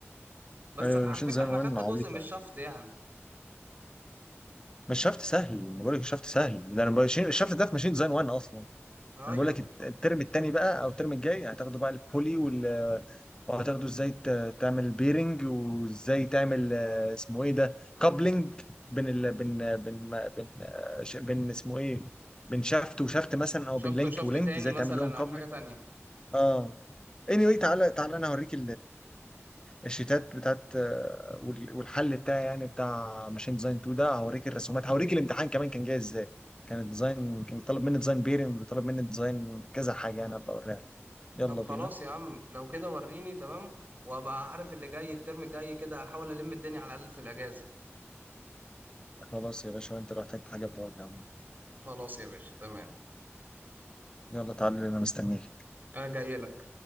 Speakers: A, on the right; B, on the left.
A: بس
B: ايوه
A: على
B: ماشين
A: فكرة
B: ديزاين
A: احنا
B: 1
A: خدنا
B: عبيطه
A: جزء من الشفط يعني
B: مش شفت سهل ما بقول لك شفت سهل ده انا بقول الشفت ده في ماشين ديزاين 1 اصلا
A: ايوه
B: انا بقول لك الت- الترم الثاني بقى او الترم الجاي هتاخدوا بقى البولي وال وهتاخدوا ازاي ت- تعمل بيرنج وازاي تعمل آه، اسمه ايه ده كابلنج بين ال... بين بين بين آه، ش- بين اسمه ايه بين شافت وشافت مثلا او
A: شفط
B: بين لينك
A: وشفط
B: ولينك
A: تاني
B: ازاي
A: مثلا
B: تعمل لهم كابلنج
A: او حاجة تانية
B: اه anyway تعالى تعالى انا هوريك الشيتات بتاعت آه، وال- والحل بتاعي يعني بتاع ماشين ديزاين 2 ده هوريك الرسومات هوريك الامتحان كمان كان جاي ازاي كان الديزاين كان طالب مني ديزاين بيرنج وطالب مني ديزاين كذا حاجه انا ابقى اوريها لك. يلا
A: طب خلاص
B: بينا
A: يا عم لو كده وريني تمام وابقى عارف اللي جاي الترم الجاي كده هحاول الم الدنيا على الاقل في الاجازة
B: خلاص يا باشا انت لو احتجت حاجه بقول لي
A: خلاص يا باشا تمام
B: يلا تعالى انا مستنيك
A: انا جاي لك